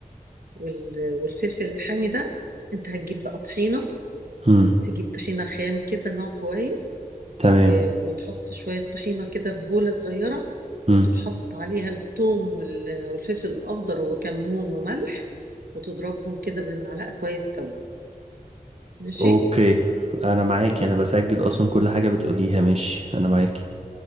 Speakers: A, on the right; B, on the right.
A: وال والفلفل الحامي ده انت هتجيب بقى طحينة
B: امم
A: تجيب طحينة خام كده نوع كويس
B: تمام
A: و- وتحط شوية طحينة كده في بولة صغيرة وتروح
B: امم
A: حاطط عليها الثوم وال- والفلفل الأخضر وكمون وملح وتضربهم كده بالمعلقة كويس قوي ماشي
B: اوكي انا معاكي انا بسجل اصلا كل حاجه بتقوليها ماشي انا معاكي